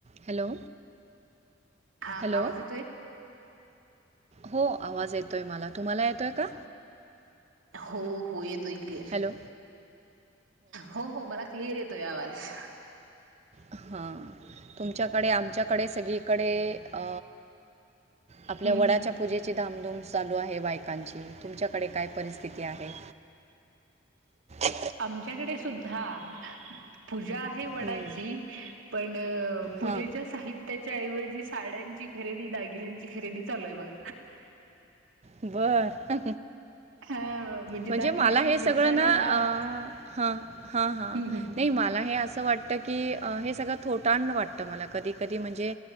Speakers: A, on the right (about 35°); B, on the right (about 85°).
A: Hello.
B: हा
A: hello,
B: आवाज येतोय
A: हो आवाज येतोय मला. तुम्हाला येतोय का?
B: हो हो येतोय.
A: हॅलो
B: हो, हो, मला क्लिअर येतोय आवाज.
A: हा, तुमच्याकडे आमच्याकडे सगळीकडे अ आपल्या
B: हम्म
A: वडाच्या पूजेचे धामधूम चालू आहे बायकांची, तुमच्याकडे काय परिस्थिती आहे. <inaudible>
B: आमच्याकडे सुद्धा पूजा आहे वडाची,
A: हं,
B: पण पूजेच्या
A: हां
B: साहित्याच्या ऐवजी साड्यांची खरेदी, दागिन्यांची खरेदी, चालूये बघा.
A: बर!
B: हा
A: म्हणजे
B: त्या दिवशी
A: मला हे
B: नेसायला
A: सगळं ना अ
B: हम्म
A: ह, हा, हा,
B: हम्म.
A: नाही मला हे अस वाटत की अं हे सगळं थोटांड वाटत मला कधी-कधी म्हणजे,